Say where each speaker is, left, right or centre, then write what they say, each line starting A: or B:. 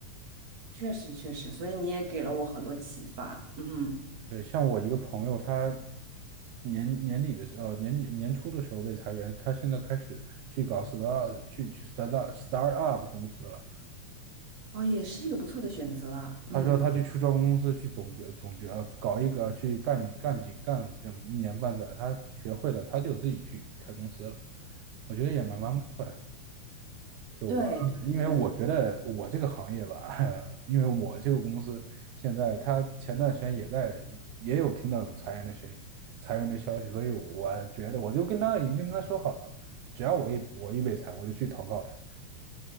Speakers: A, on the right (about 60°); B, on the right (about 85°).
A: 确实确实，所以你也给了我很多启发，嗯，
B: 对，像我一个朋友，他年年底的时候，年底年初的时候被裁员，他现在开始去搞 start 去去 start up start up 公司了。
A: 哦，也是一个不错的选择啊，嗯，
B: 他说他去初创公司去总结总结，呃搞一个去干干几干这么一年半载，他学会了，他就自己去开公司了。我觉得也蛮蛮不错的。就我，
A: 对对对，
B: 因为我觉得我这个行业吧，<laughs> 因为我这个公司现在，他前段时间也在也有听到有裁员的声音、裁员的消息，所以我觉得我就跟他已经跟他说好了，只要我一我一被裁，我就去投靠他。